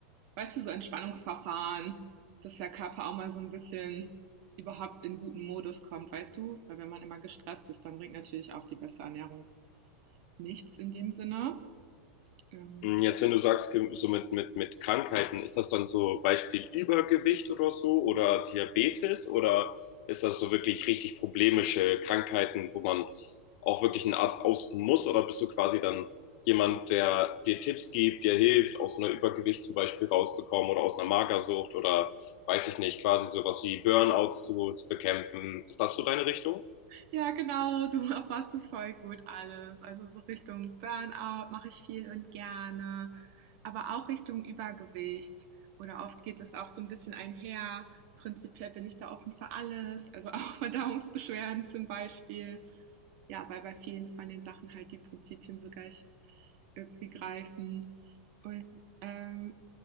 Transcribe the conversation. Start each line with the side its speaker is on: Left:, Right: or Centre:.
Right: weißt du, so Entspannungsverfahren, dass der Körper auch mal so ein bisschen überhaupt in guten Modus kommt, weißt du? Weil wenn man immer gestresst ist, dann bringt natürlich auch die beste Ernährung nichts in dem Sinne. Ähm,
Left: Hm, Jetzt, wenn du sagst, so mit, mit, mit Krankheiten, ist das dann so Beispiel Übergewicht oder so oder Diabetes oder ist das so wirklich richtig problemische Krankheiten, wo man auch wirklich einen Arzt aussuchen muss oder bist du quasi dann jemand, der dir Tipps gibt, dir hilft, aus einer Übergewicht zum Beispiel rauszukommen oder aus einer Magersucht oder weiß ich nicht, quasi sowas wie Burnouts zu, zu bekämpfen? Ist das so deine Richtung?
Right: Ja, genau, du <laughs> erfasst es voll gut alles. Also so Richtung Burnout mache ich viel und gerne, aber auch Richtung Übergewicht. Oder oft geht es auch so ein bisschen einher. Prinzipiell bin ich da offen für alles, also auch <laughs> Verdauungsbeschwerden zum Beispiel. Ja, weil bei vielen von den Sachen halt die Prinzipien so gleich irgendwie greifen. Und ähm,